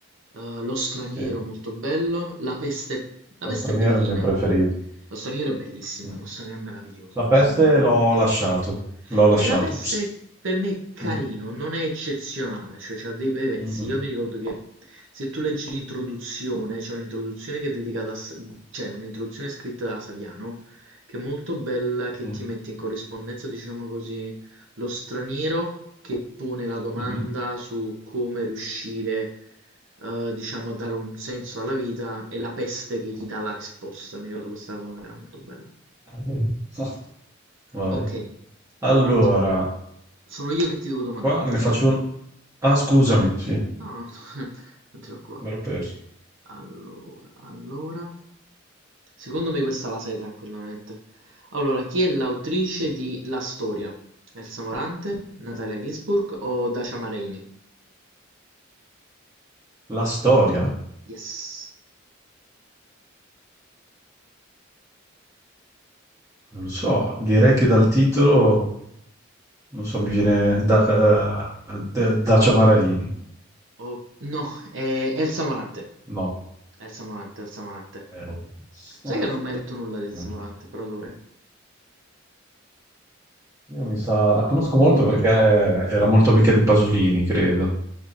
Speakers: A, on the right (about 70°); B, on the right (about 15°).
A: Eh, lo straniero
B: sì,
A: molto bello, la peste, la
B: lo
A: peste
B: straniero
A: è bellina.
B: è il mio preferito.
A: Lo straniero è bellissimo,
B: Mm.
A: lo straniero è meraviglioso,
B: La peste
A: lo straniero è meraviglioso.
B: l'ho lasciato, l'ho lasciato.
A: E la peste per me è carino,
B: Mm.
A: non è eccezionale, cioè c'ha dei bei pezzi.
B: Mhm,
A: Io mi ricordo che se tu leggi l'introduzione, c'è un'introduzione che è dedicata a, S- cioè un'introduzione scritta da Saviano, che è molto bella, che
B: mm,
A: ti mette in corrispondenza, diciamo così, lo straniero che pone la domanda
B: mhm.
A: su come riuscire eh, diciamo, a dare un senso alla vita e la peste che gli dà la risposta. Mi ricordo questa cosa che era molto bella.
B: <laughs> Vai.
A: Ok,
B: Allora,
A: allora un attimo. Sono io che ti devo domandare,
B: qua
A: giusto?
B: ne faccio Ah, scusami, sì, mi
A: No, no, <laughs> non ce l'ho qua.
B: ero perso.
A: Allora, allora. Secondo me questa la sai tranquillamente. Allora, chi è l'autrice di La storia? Elsa Morante, Natalia Gisburg o Dacia Maraini?
B: La storia?
A: Yes.
B: Non lo so, direi che dal titolo, non so, mi viene da, eh, da- Dacia Maraini.
A: Oh, no, è Elsa Morante.
B: No.
A: Elsa Morante, Elsa Morante.
B: Eh, oh.
A: Sai
B: <laughs>
A: che non ho mai letto nulla di Elsa
B: No.
A: Morante, però dovrei.
B: Io mi sa, la conosco molto perché era molto amica di Pasolini, credo.